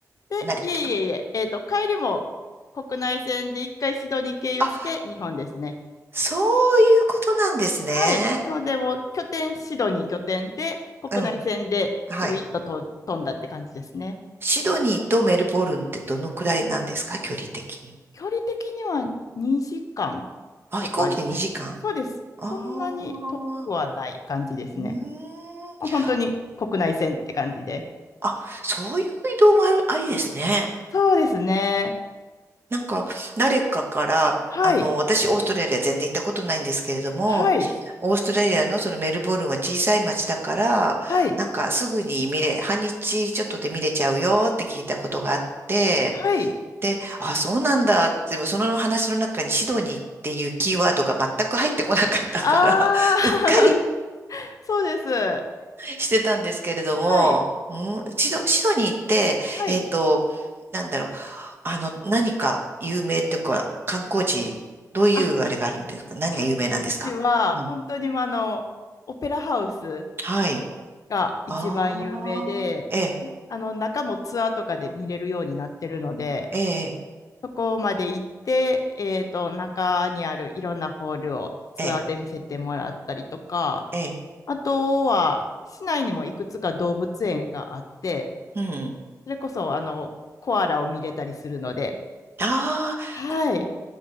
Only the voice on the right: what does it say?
成田と。
あ、そういうことなんですね。
うん。はい。シドニーとメルボルンってどのくらいなんですか距離的に。
あ、
飛行機で2時間
ああ
ー、うーん。
あ、そういう移動もある、ありですね。
なんか、誰かから、
あの、私、オーストラリア全然行ったことないんですけれども、
オーストラリアのそのメルボルンは小さい町だから、
なんかすぐに見れ、半日ちょっとで見れちゃうよって聞いたことがあって、
で、あ、そうなんだって、でもその話の中にシドニーっていうキーワードが全く入ってこなかったから、
<laughs> うっかり
してたんですけれども、
うん、シド、シドニーって、
えっと、なんだろう、あの、何か有名というか、観光地、どういうあれがあるんですか何が有名なんですかうん。
はい。
ああ、ええ、
ええ、
ええ、ええ、
うん。
ああ、
こ